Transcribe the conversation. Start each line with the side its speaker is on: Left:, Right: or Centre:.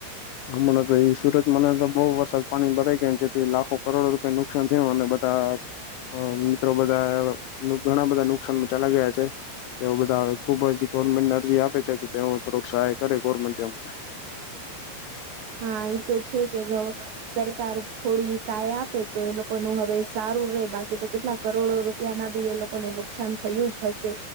Left: હમણાં તો એ સુરતમાંને તો બહુ વરસાદ પાણી ભરાય ગયામ જેથી લાખો કરોડો રૂપિયા નુકસાન થયું અને બધા અ મિત્રો બધા ઘણા બધા નુકસાનમાં ચલા ગયા છે એવ બધા ખુબ જ ગવર્મેન્ટને અરજી આપે છે કે તે થોડક સહાય કરે ગવર્મેન્ટમને
Right: હા એ તો છે કે ગઉ સરકાર થોડી સહાય આપે તો એ લોકોનું હવે સારું રહે બાકી તો કેટલાક કરોડો રૂપિયા ના બી એ લોકોને નુકસાન થયું જ હશે